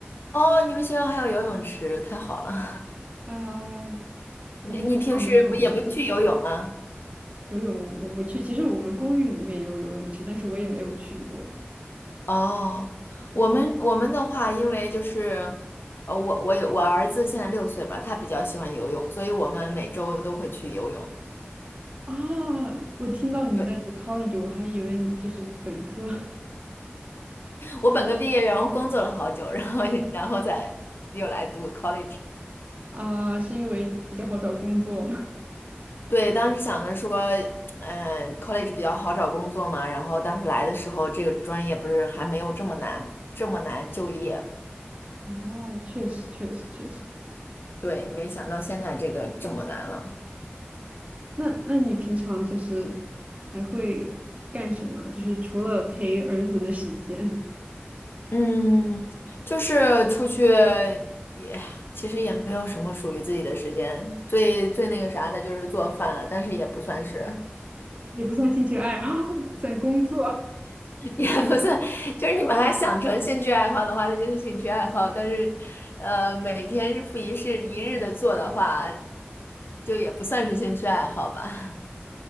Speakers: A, on the left; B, on the right.
A: 哦，你们学校还有游泳池，太好了。<laughs>
B: 啊。
A: 你你平时不也不去游泳吗？
B: 你们学校没有吗？游泳我我不去，其实我们公寓里面也有游泳池，但是我也没有去过
A: 哦，我们我们的话，因为就是，呃，我我有我儿子现在六岁嘛，他比较喜欢游泳，所以我们每周都会去游泳。
B: 啊。我听到你在读
A: 对，
B: college，我还以为你就是本科 <laughs>
A: 我本科毕业，然后工作了好久，<laughs> 然后然后再又来读 college。
B: 啊，是因为比较好找工作吗？<laughs>
A: 对，当时想着说，嗯、college 比较好找工作嘛，然后当时来的时候，这个专业不是还没有这么难，这么难就业。
B: 啊，确实确实确实。
A: 对，没想到现在这个这么难了。
B: 那那你平常就是还会干什么？就是除了陪儿子的时间。
A: 嗯，就是出去也其实也没有什么属于自己的时间，最最那个啥的就是做饭了，但是也不算是，
B: 也不算兴趣爱好，<laughs> 算工作。
A: <laughs> 也不算，就是你把它想成兴趣爱好的话，那就是兴趣爱好，但是呃，每天日复一日一日的做的话，就也不算是兴趣爱好吧。